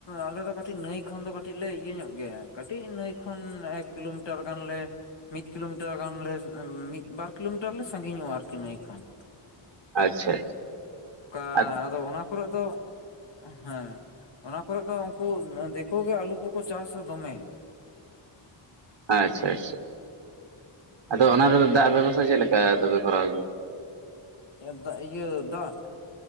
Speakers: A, on the left (about 60°); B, on the right (about 55°).
A: ᱟᱞᱮ ᱫᱚ ᱠᱟᱹᱴᱤᱡ ᱱᱟᱹᱭ ᱠᱷᱚᱱ ᱫᱚ ᱠᱟᱹᱴᱤᱡ ᱞᱮ ᱤᱭᱟᱹ ᱧᱚᱜ ᱜᱮᱭᱟ, ᱠᱟᱹᱴᱤᱡ ᱱᱟᱹᱭ ᱠᱷᱚᱱ ᱮᱠ ᱠᱤᱞᱳᱢᱤᱴᱟᱨ ᱜᱟᱱ ᱞᱮ ᱢᱤᱫ ᱠᱤᱞᱳᱢᱤᱴᱟᱨ ᱜᱟᱱ ᱞᱮ ᱢᱤᱫ, ᱵᱟᱨ ᱠᱤᱞᱳᱢᱤᱴᱟᱨ ᱞᱮ ᱥᱟᱺᱜᱤᱧᱚᱜᱼᱟ ᱟᱨᱠᱤ ᱱᱟᱹᱭ ᱠᱷᱚᱱ᱾
B: ᱟᱪᱪᱷᱟ ᱾
A: ᱟᱻ ᱟᱫᱚ ᱚᱱᱟ ᱠᱚᱨᱮᱫ ᱫᱚ, ᱦᱮᱸ, ᱚᱱᱟ ᱠᱚᱨᱮᱫ ᱫᱚ ᱩᱱᱠᱩ ᱫᱤ ᱠᱚᱜᱮ ᱟᱞᱩ ᱠᱚᱠᱚ ᱪᱟᱥᱟ ᱫᱚᱢᱮ᱾
B: ᱟᱪᱪᱷᱟ ᱟᱪᱪᱷᱟ᱾ ᱟᱫᱚ ᱚᱱᱟ ᱨᱮ ᱫᱚ ᱫᱟᱜ ᱵᱮᱵᱚᱥᱛᱟ ᱪᱮᱫ ᱞᱮᱠᱟ ᱛᱚᱵᱮ ᱠᱚᱨᱟᱣ ᱜᱮᱭᱟ?
A: ᱦᱮᱸ ᱫᱟᱜ ᱤᱭᱟᱹ ᱫᱟᱜ?